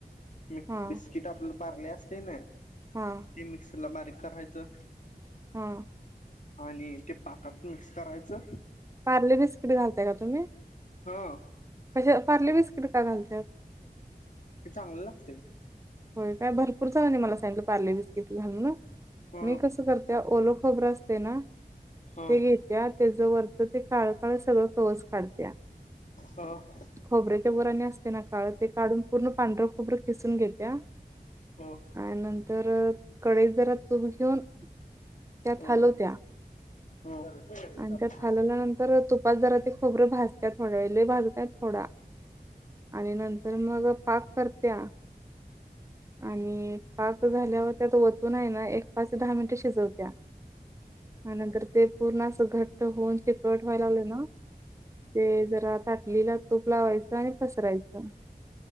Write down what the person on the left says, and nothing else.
मिक
बिस्किट आपला बारले असते ना
ते मिक्सरला बारीक करायचं.
आणि ते पाकात मिक्स करायचं.
हो.
ते चांगलं लागतय.
ह
ह
ह
ह
ह
बरं
चालतंय.